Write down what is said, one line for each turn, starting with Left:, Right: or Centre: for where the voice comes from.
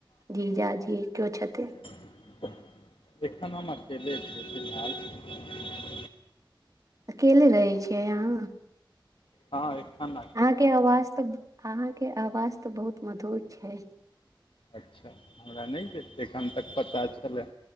Right: जीजाजी केओ छथिन
Left: <inaudible> एखन हम अकेले छी फिलहाल
Right: अकेले रहै छियै अहाँ
Left: हँ ऐखन अ
Right: अहाँके आवाज तऽ अहाँके आवाज तऽ बहुत मधुर छै
Left: अच्छा हमरा नय दे एखन तक पता छला